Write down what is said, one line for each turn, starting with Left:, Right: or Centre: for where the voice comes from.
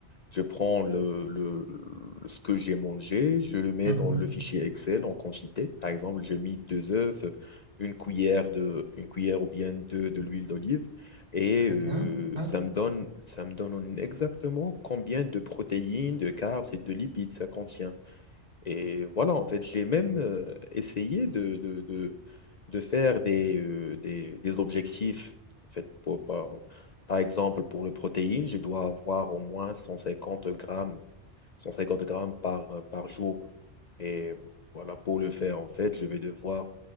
Left: je prends le, le, le- ce que j'ai mangé, je le mets
Right: mhm,
Left: dans le fichier Excel en quantité. Par exemple, je mis deux œufs, une cuillère de, une cuillère ou bien deux de l'huile d'olive et
Right: Très
Left: euh,
Right: bien. Ouais,
Left: ça me donne, ça me donne exactement combien de protéines, de carbs et de lipides ça contient. Et voilà, en fait, j'ai même euh, essayé de, de, de, de faire des, euh, des, des objectifs. En fait, pour- par, par exemple, pour le protéine, je dois avoir au moins 150 grammes, 150 grammes par, euh, par jour. Et voilà, pour le faire, en fait, je vais devoir